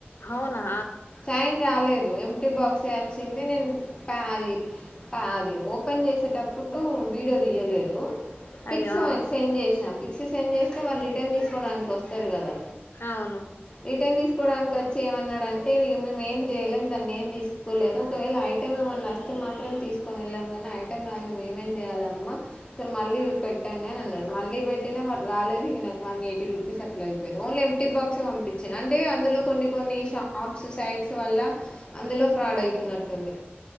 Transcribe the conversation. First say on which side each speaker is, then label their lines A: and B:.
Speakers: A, on the left (about 60°); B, on the left (about 20°).
A: అవునా
B: చైనా రాలేదు ఎంప్టీ బాక్సే వచ్చింది నేను క అది కా అది ఓపెన్ జేసేటప్పుడు వీడియో దియ్యలేదు పిక్సు
A: అయ్యో ఆ
B: సెండ్ జేసిన పిక్స్ సెండ్ చేస్తే వాళ్ళు రిటర్న్ తీస్కోడానికి వస్తారు గదా!
A: హవును
B: రిటర్న్ తీస్కోడానికి వచ్చి ఏమన్నాడండ్ టే మేం మేమ్ ఏం చేయలేం దాన్ని ఏం తీసుకోలేదు ఒకవేళ ఐటమ్ ఏమన్నా అస్తే మాత్రం తీస్ కొనేళ్లమ్ గాని ఐటమ్ రాంది మేమేం చేయాలమ్మా ఒకసారి మళ్ళీ
A: ఉమ్
B: పెట్టండి అని అన్నాడు మళ్ళీ పెట్టినా వాడు రాలేదు ఇక నాకు వన్ ఎయిటీ రూప్ <unintelligible> అయిపోయింది ఓన్లీ ఎంప్టీ బాక్స్ పంపించిన అంటే అందులో కొన్ని కొన్ని ష ఆప్స్ సైట్స్ వల్ల అందులో ఫ్రాడ్ అయితున్నట్టుంది